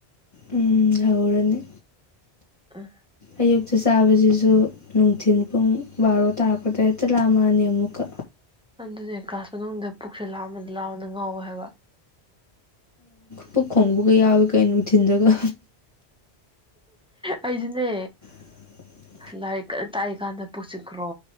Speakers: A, on the left; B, in the centre.
A: ꯎꯝ ꯍꯧꯔꯅꯤ
B: ꯑ
A: ꯑꯌꯨꯛꯇ ꯆꯥꯕꯁꯤꯁꯨ ꯅꯨꯡꯊꯤꯟ ꯄꯨꯡ ꯕꯥꯔꯣ ꯇꯥꯔꯛꯄꯗ ꯍꯦꯛꯇ ꯂꯥꯝꯃꯑꯅꯤ ꯑꯃꯨꯛꯀ
B: ꯑꯗꯨꯅꯦ ꯀ꯭ꯂꯥꯁ ꯃꯅꯨꯡꯗ ꯄꯨꯛꯁꯦ ꯂ ꯂꯥꯎꯃꯅ ꯉꯥꯎꯋꯦ ꯍꯥꯏꯕ
A: ꯄꯨꯛ ꯈꯣꯡꯕꯒ ꯌꯥꯕ ꯀꯩ ꯅꯨꯡꯊꯤꯟꯖꯒ
B: ꯑꯩꯁꯨꯅꯦ
A: <unintelligible>
B: ꯂꯥꯏꯔꯤꯛ ꯇꯥꯛꯏꯀꯥꯟꯗ ꯄꯨꯁꯤꯠꯈ꯭ꯔꯣ